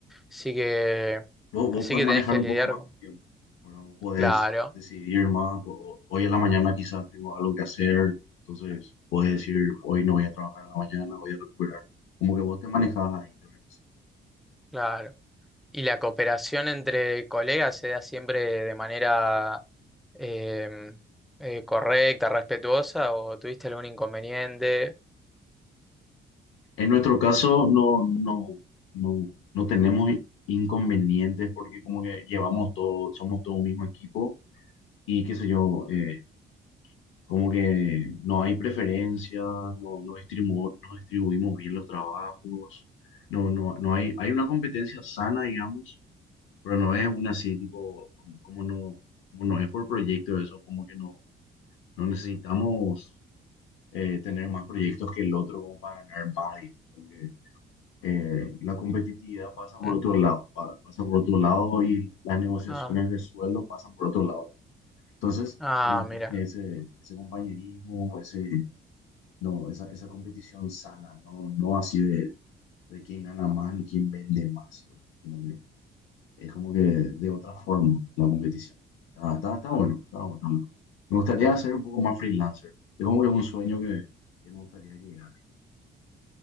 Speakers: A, in the centre; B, on the left.
A: Así que,
B: Vos,
A: así
B: vos podés
A: que
B: manejar
A: tenés que
B: un
A: lidiar
B: poco más
A: con...
B: tu tiempo, ¿verdad? Vos podés
A: Claro,
B: decidir más, po- hoy en la mañana quizás tengo algo que hacer, entonces podés decir, hoy no voy a trabajar en la mañana, voy a recuperar. Como que vos te manejas ahí, ¿verdad?
A: claro. Y la cooperación entre colegas se da siempre de manera em, eh, correcta, respetuosa, o tuviste algún inconveniente.
B: En nuestro caso no, no, no, no tenemos inconvenientes porque como que llevamos todo, somos todo un mismo equipo y qué sé yo, eh, como que no hay preferencia, no, no, distribu- no distribuimos bien los trabajos, no, no, no hay, hay una competencia sana, digamos, pero no es una así tipo, como, como no, como no es por proyecto eso, como que no, no necesitamos eh, tener más proyectos que el otro como para ganar más, digamos, como que eh, la competitividad pasa por
A: Mm,
B: otro lado, pa- pasa por otro lado y las negociaciones
A: Ah,
B: de sueldo pasan por otro lado. Entonces,
A: ah,
B: se mantiene
A: mira.
B: ese, ese compañerismo, ese, no, esa, esa competición sana, no, no así de, de quién gana más ni quién vende más. ¿verdad? Como que- es como que de otra forma la competición. Ah, está, está bueno, está bueno. Me gustaría ser un poco más freelancer. Es como que un sueño que, que me gustaría llegar.